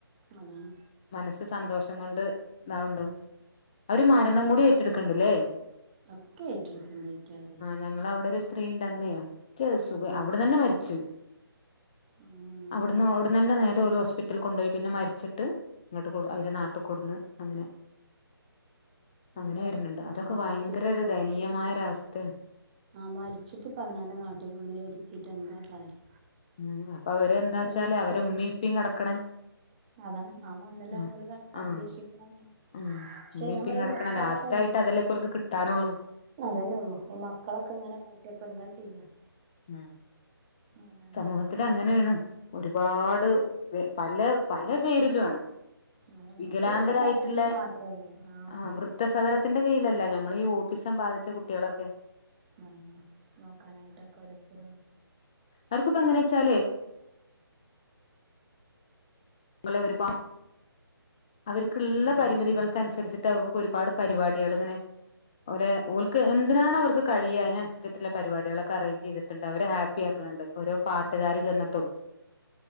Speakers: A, on the right; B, on the left.
A: അതാണ്.
B: മനസ്സ് സന്തോഷം കൊണ്ട് ഇതാവുണ്ട്
A: ഉം
B: അവര് മരണം കൂടി ഏറ്റെടുക്ക്‌ണ്ട് ഇല്ലേ
A: ഒക്കെ ഏറ്റെടുക്ക്‌ണ്ട് അയിറ്റവാ അത്
B: ഞങ്ങളെ അവിടെ ഒരു സ്ത്രീ ഉണ്ടായിരുന്നെ അ <unintelligible> സുഖം
A: ഉം
B: അവിടുന്നു തന്നെ മരിച്ച്
A: ഉം
B: അവിടുന്ന് അവിടുന്ന് തന്നെ നേരെ ഒരു ഹോസ്പിറ്റലിൽ കൊണ്ടോയി പിന്നെ മരിച്ചിട്ട് ഇങ്ങോട്ട് കൊ
A: ഉം
B: അവര് നാട്ട് കൊടുന്ന് അങ്ങനെ അങ്ങനെ
A: എന്താപ്പ
B: വരണുണ്ട്
A: പറയാ,
B: അതൊക്കെ
A: മരിച്ചിട്ട്
B: ഭയങ്കര ഒരു ദയനീയമായ ഒരവസ്ഥയാണ്.
A: ആഹ് മരിച്ചിട്ട് ഇപ്പം അവനാന്റെ നാട്ടിൽ കൊണ്ട് ഒതിക്കീട്ട് എന്താ കാര്യം.
B: ഉം അപ്പൊ അവര് എന്താച്ചാല്
A: അത് നിക്കുമ്പോ
B: അവരെ ഉമ്മീ ഉപ്പീ കെടക്കണ
A: അതാണ് ആ മണ്ണിലാണ്
B: ആഹ്
A: ഓല് കെടക്കാൻ
B: ആഹ്
A: ഉദ്ദേശിക്കണത്.
B: ഉം
A: പക്ഷെ
B: ഇമ്മീം
A: ഞാൻ
B: ഇപ്പി
A: പറയാ
B: കെടക്കണ
A: ഈ മക്കളൊക്കെ
B: ലാസ്റ്റ്
A: ഇല്ലേ,
B: ആയിട്ട് അതെല്ലേപ്പോൽക്ക് കിട്ടാനൊള്ളൂ.
A: അതന്നെ ഉള്ളൂ ഈ മക്കളൊക്കെ ഇങ്ങനെ കാട്ടിയാപ്പെന്താ ചെയ്യാ.
B: ഉം
A: ഏതാണ്ട്
B: സമൂഹത്തില്
A: മക്കളും
B: അങ്ങനെയാണ്
A: ഉം
B: ഒരുപാട് വെ പല പല പേരിലു ആണ്
A: ആഹ് അതാണ്‌
B: വികലാംഗരായിട്ടുള്ള
A: ഒരു ഒര് കാര്യത്തില് മാത്രല്ല ആ
B: ആഹ് വൃദ്ധസദനത്തിന്റ കീഴിലല്ല ഞമ്മള് ഈ ഓട്ടിസം ബാധിച്ച കുട്ടികളെക്കെ
A: <unintelligible> നോക്കാനായ്ട്ടൊക്ക ഓരോര്ത്തര്
B: അവർക്കിപ്പ എങ്ങനാ വെച്ചാലേ ങ്ങളെ ഒരുപാ അവര്ക്ക്‌ള്ള
A: ഉം
B: പരിമിതികൾക്കൻസരിച്ച്‌
A: ഉം
B: ട്ടവക്കൊക്കെ ഒരുപാട് പരിപാടികള് ഇങ്ങനെ ഓലെ ഓൽക്ക് എന്ത്നാണവർക്ക് കഴിയ അയ്നൻസ്ച്ചിട്ട്ള്ള പരിപടികളെക്ക അറേഞ്ച് ചെയ്ത് ട്ട്ണ്ട് അവരെ ഹാപ്പി ആക്ക്‌ണ് ണ്ട് ഒരോ പാട്ട്കാര്
A: ഉം
B: ചെന്ന്ട്ടും